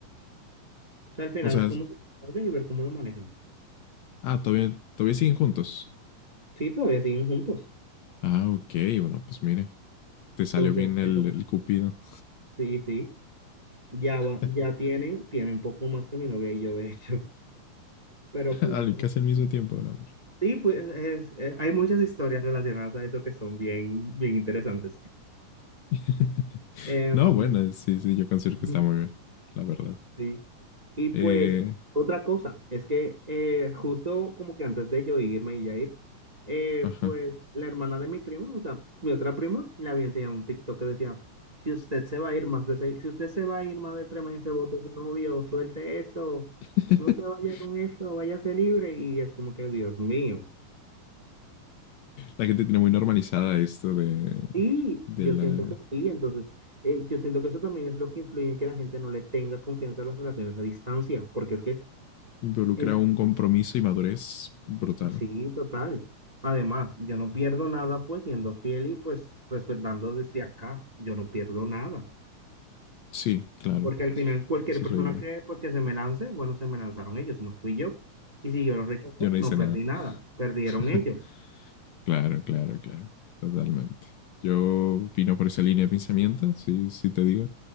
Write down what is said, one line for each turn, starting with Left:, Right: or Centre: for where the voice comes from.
Right: O sea, al final
Left: O sea,
Right: es
Left: es-
Right: como soportable y ver cómo lo manejan.
Left: ah, todavía, todavía siguen juntos.
Right: Sí, todavía siguen juntos.
Left: Ah, ok, bueno, pues mire, te salió
Right: Entonces,
Left: bien el,
Right: eso,
Left: el cupido.
Right: sí, sí. Ya va,
Left: <laughs>
Right: ya tienen, tienen poco más que mi novia y yo, de hecho. Pero fuimos-
Left: Al- Casi al mismo tiempo, no, hombre.
Right: sí, fue, es- es- hay muchas historias relacionadas a eso que son bien, bien interesantes.
Left: <laughs>
Right: Em,
Left: No, bueno, sí, sí, yo considero
Right: <laughs>
Left: que está muy bien, la verdad.
Right: Sí. Y pues
Left: Eh,
Right: otra cosa es que eh, justo como que antes de yo irme y ya ir, eh,
Left: ajá.
Right: pues la hermana de mi primo, o sea, mi otra prima, le había enseñado un TikTok que decía, si usted se va a ir más de seis, si usted se va a ir más de tres meses, vote su novio, suelte eso,
Left: <laughs>
Right: no se vaya con eso, váyase libre. Y es como que, Dios mío.
Left: La gente tiene muy normalizada esto de,
Right: Sí,
Left: de
Right: yo
Left: la...
Right: siento que sí, entonces eh, yo siento que eso también es lo que influye en que la gente no le tenga confianza a las relaciones a distancia, porque es que...
Left: Involucra
Right: En-
Left: un compromiso y madurez brutal.
Right: Sí, total. Además, yo no pierdo nada pues siendo fiel y pues respetando desde acá, yo no pierdo nada.
Left: Sí, claro,
Right: Porque al final cualquier
Left: esa
Right: persona
Left: es la idea.
Right: que pues que se me lance, bueno, se me lanzaron ellos, no fui yo. Y si yo los rechacé,
Left: Yo no hice
Right: no perdí
Left: nada.
Right: nada, perdieron
Left: <laughs>
Right: ellos.
Left: Claro, claro, claro, totalmente. Yo opino por esa línea de pensamiento, sí, sí te digo.